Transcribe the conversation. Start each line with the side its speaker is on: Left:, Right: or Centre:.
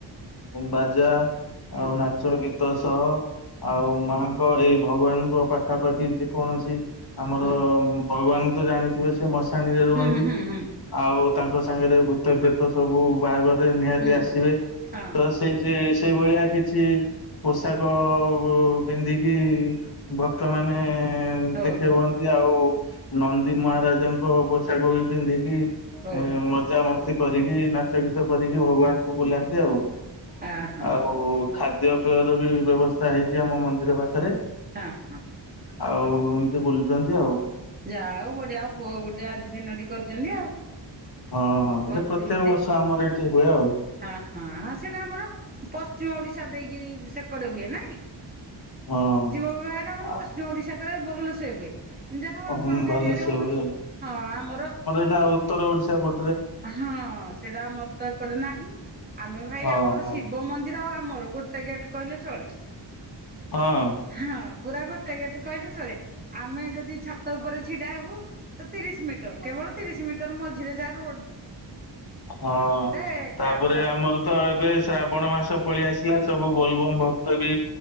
Left: ବାଜା
Right: ହୁଁ
Left: ଆଉ ନାଚ ଗୀତ। ତ ସହ ଆଉ ମାଙ୍କ ଏଇ ଭଗବାନଙ୍କ ପାଖାପାଖି ଯେକୌଣସି ଆମର
Right: ହୁଁ
Left: ଭଗବାନ ତ ଜାଣିଥିବେ ସେ ମଶାଣିରେ
Right: ହୁଁ
Left: ରୁହନ୍ତି
Right: ହୁଁ ହୁଁ
Left: ଆଉ ତାଙ୍କ ସାଙ୍ଗରେ ଭୂତ ପ୍ରେତ ସବୁ ବାହାଘରରେ ନିହାତି
Right: ହୁଁ।
Left: ଆସିବେ
Right: ହଁ
Left: ତ ସେଇ ଯେ ସେଇ ଭଳିଆ କିଛି ପୋଷାକ ପିନ୍ଧିକି ଭକ୍ତମାନେ
Right: ଓହୋ
Left: ଦେଖେଇ ହୁଅନ୍ତି ଆଉ ନନ୍ଦୀ ମହାରାଜାଙ୍କ ପୋଷାକ ବି ପିନ୍ଧିକି
Right: ଓହୋ
Left: ମଜା ମସ୍ତି କରିକି ନାଚ ଗୀତ କରିକି ଭଗବାନ ବୁଲାନ୍ତି ଆଉ
Right: ଆ ହଁ
Left: ଆଉ ଖାଦ୍ୟ ପେୟର ବି ବ୍ୟବସ୍ଥା ହେଇଛି ଆମ ମନ୍ଦିର ପାଖରେ।
Right: ହଁ ହଁ
Left: ଆଉ ଏମିତି ବୁଲୁଛନ୍ତି ଆଉ।
Right: ଯା ଆଉ ବଢିଆ ଆଉ ଗୋଟେ ଆଜି ଦିନ ଟି କରିଛନ୍ତି ଆଉ।
Left: ହଁ ହଁ
Right: ଭଲ
Left: ଏଇଟା ପ୍ରତ୍ୟେକ
Right: ଦିନଟେ।
Left: ବର୍ଷ ଆମର ଏଇଠି ହୁଏ ଆଉ।
Right: ହଁ ହଁ ହ ସେଇଟା ଆମର ପଶ୍ଚିମ ଓଡିଶା ଦେଇକି ସେକଡେ ହୁଏ ନାଇଁ।
Left: ହଁ।
Right: ଶିବ ବିବାହ ଟା ଆମର
Left: ଆ
Right: ପଶ୍ଚିମ ଓଡିଶା କରେ ଭଲସେ ହୁଏ। ଯାହା ହଉ ଆପଣଙ୍କ
Left: ଓହୋ ଭଲସେ
Right: ଏରିଆରେ ହଉଛି
Left: ହୁଏ ଆଉ
Right: ହଁ ଆମର
Left: ଉତ୍ତର ଓଡିଶା ପ
Right: ହଁ ସେଇଟା ଆମର ତ ଏ କଡେ ନାହିଁ ଆମେ ଭାଇ
Left: ହଁ
Right: ଆମର
Left: ହଁ।
Right: ଶିବ ମନ୍ଦିର ଆଉ ଆମର ଗୋଟେ ଗୋଟେ ଗେଟ୍ କହିଲେ ଚଳେ।
Left: ହଁ।
Right: ହଁ ପୁରା ଗୋଟେ ଗେଟ କହିଲେ ଚଳେ ଆମେ ଯଦି ଛାତ ଉପରେ ଛିଡା ହବୁ ତ ତିରିଶ ମିଟର କେବଳ ତିରିଶ ମିଟର ମଝିରେ ଯା ରୋ
Left: ହଁ
Right: ଏକା
Left: ତାପରେ
Right: ପୁରା
Left: ଆମର ତ ଏବେ ଶ୍ରାବଣ ମାସ ପଳେଇ ଆସିଲା ସବୁ ଗୋଲବୋମ୍ ଭ କ୍ତ ବି